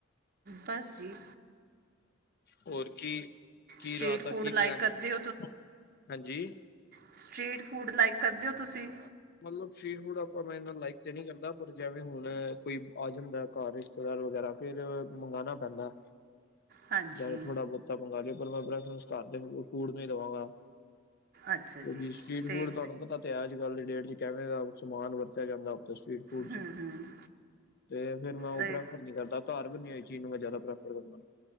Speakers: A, on the right (about 45°); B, on the left (about 50°).
A: ਬਸ ਜੀ।
B: ਹੋਰ ਕੀ, ਕੀ
A: ਸਟਰੀਟ
B: ਰਾਤ ਦਾ
A: ਫੂਡ
B: ਕੀ
A: ਲਾਈਕ
B: ਪਲੈਨ
A: ਕਰਦੇ
B: ਏ, ਹਾਂਜੀ?
A: ਸਟ੍ਰਰੀਟ ਫੂਡ ਲਾਈਕ ਕਰਦੇ ਓ ਤੁਸੀ?
B: ਮਤਲਬ ਸਟ੍ਰੀਟ ਫੂਡ ਆਪਾਂ ਮੈਂ ਇਨਾ ਲਾਈਕ ਤੇ ਨਹੀਂ ਕਰਦਾ, ਪਰ ਜੈਵੇਂ ਹੁਣ ਕੋਈ ਆ ਜਾਂਦਾ ਘਰ। ਰਿਸ਼ਤੇਦਾਰ ਵਗੈਰਾ ਫਿਰ, ਮੰਗਾਣਾ ਪੈਂਦਾ।
A: ਹਾਂਜੀ
B: ਜਾਵੇ, ਥੋੜ੍ਹਾ-ਬਹੁਤਾ ਮੰਗਾਲੇ ਪਰ ਮੈਂ ਪ੍ਰੈਫਰੰਸ ਘਰਦੇ ਫੂਡ ਨੂੰ ਈ ਦਵਾਂਗਾ।
A: ਅੱਛਾ
B: ਤੇ
A: ਜੀ
B: ਵੀ, ਸਟ੍ਰੀਟ
A: ਤੇ
B: ਫੂਡ ਤੁਹਾਨੂੰ ਪਤਾ ਤੇ ਹੈ ਅੱਜ-ਕੱਲ ਦੀ ਡੇਟ'ਚ ਕੈਂਵੇਂ ਦਾ ਸਮਾਨ ਵਰਤਿਆ ਜਾਂਦਾ। ਸ੍ਰਟੀਟ ਫੂਡ'ਚ
A: ਹੂੰ ਹੂੰ
B: ਤੇ, ਫਿਰ ਮੈਂ ਉਹ
A: ਤੇ
B: ਪ੍ਰੈਫਰ ਨੀ ਕਰਦਾ। ਘਰ ਬਨੀ ਹੋਈ ਚੀਜ਼ ਨੂੰ, ਮੈਂ ਜ਼ਿਆਦਾ ਪ੍ਰੈਫਰ ਕਰਨਾ।